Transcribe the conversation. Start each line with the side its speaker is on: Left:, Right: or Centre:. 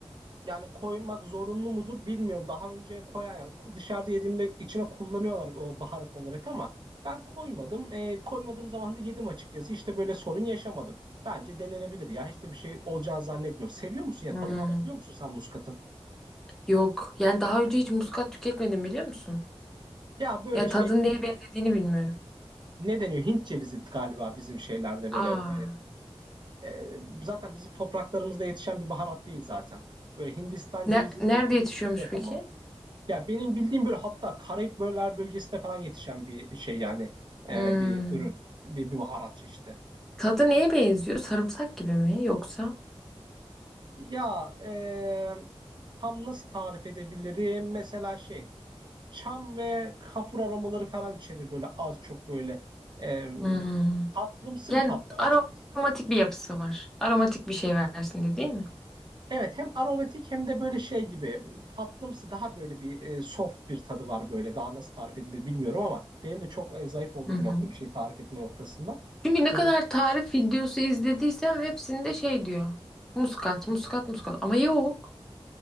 Right: Yani koymak zorunlu mudur bilmiyorum. Daha önce koyan yani dışarıda yediğimde içine kullanıyorlar o baharat olarak ama ben koymadım. E, koymadığım zaman da yedim açıkçası. İşte böyle sorun yaşamadım. Bence denenebilir ya. Hiç de bir şey olacağını zannetmiyorum. Seviyor musun ya?
Centre: Hmm,
Right: Tadını alabiliyor musun sen muskatın?
Centre: yok. Yani daha önce hiç muskat tüketmedim biliyor musun?
Right: Ya böyle
Centre: Ya
Right: şey
Centre: tadın neye benzediğini bilmiyorum.
Right: ne deniyor? Hint cevizi galiba bizim şeylerde
Centre: Aa.
Right: böyle. e, e, zaten bizim topraklarımızda yetişen bir baharat değil zaten. Böyle Hindistan
Centre: Ne,
Right: cevizi
Centre: nerede
Right: gibi bir ilgisi
Centre: yetişiyormuş
Right: yok
Centre: peki?
Right: ama. Ya benim bildiğim böyle hatta Karayip böl- bölgesinde falan yetişen bir şey yani e,
Centre: Hmm.
Right: bir ürün, bir, bir baharat çeşidi.
Centre: Tadı neye benziyor? Sarımsak gibi mi yoksa?
Right: Ya e, tam nasıl tarif edebilirim? Mesela şey çam ve kafur aromaları falan içerir böyle az çok böyle e,
Centre: Hmm.
Right: tatlımsı
Centre: Yani
Right: bir tat var
Centre: aromatik
Right: açıkçası.
Centre: bir yapısı var. Aromatik bir şey versin diye değil mi?
Right: Evet hem aromatik hem de böyle şey gibi m, tatlımsı daha böyle bir e, soft bir tadı var böyle daha nasıl tarif edilir bilmiyorum ama benim de çok e, zayıf olduğum
Centre: Hı hı.
Right: bir nokta bir şey tarif etme noktasında.
Centre: Çünkü ne kadar
Right: E,
Centre: tarif videosu izlediysem hepsinde şey diyor. Muskat, muskat, muskat. Ama yok.